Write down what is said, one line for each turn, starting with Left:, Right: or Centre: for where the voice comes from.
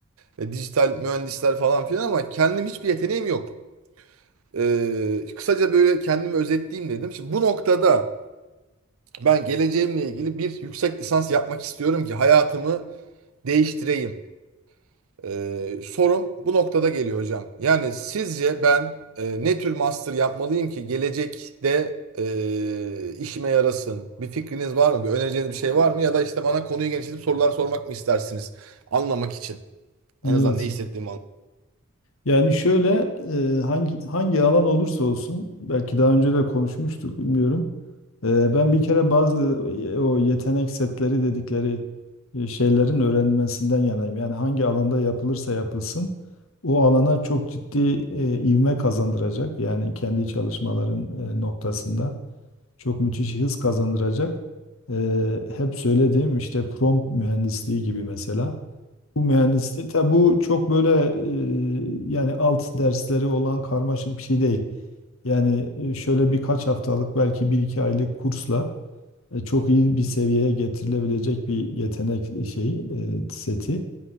Right: e, dijital mühendisler falan filan ama kendim hiçbir yeteneğim yok. Ee, kısaca böyle kendimi özetleyeyim dedim. Şimdi bu noktada ben geleceğimle ilgili bir yüksek lisans yapmak istiyorum ki hayatımı değiştireyim. Ee, sorum bu noktada geliyor hocam. Yani sizce ben e, ne tür master yapmalıyım ki gelecekte e, işime yarasın? Bir fikriniz var mı? Bir önereceğiniz bir şey var mı? Ya da işte bana konuyu genişletip sorular sormak mı istersiniz? Anlamak için. En
Left: Evet.
Right: azından ne istediğimi anlamak.
Left: Yani şöyle e, hangi hangi alan olursa olsun belki daha önce de konuşmuştuk bilmiyorum. Ee, Ben bir kere bazı e, o yetenek setleri dedikleri e, şeylerin öğrenilmesinden yanayım. Yani hangi alanda yapılırsa yapılsın o alana çok ciddi e, ivme kazandıracak. Yani kendi çalışmaların e, noktasında çok müthiş hız kazandıracak. Ee, Hep söylediğim işte prompt mühendisliği gibi mesela. Bu mühendisliği tabi bu çok böyle e, yani alt dersleri olan karmaşık bir şey değil. Yani e, şöyle birkaç haftalık belki bir iki aylık kursla e, çok iyi bir seviyeye getirilebilecek bir yetenek e, şeyi e, seti.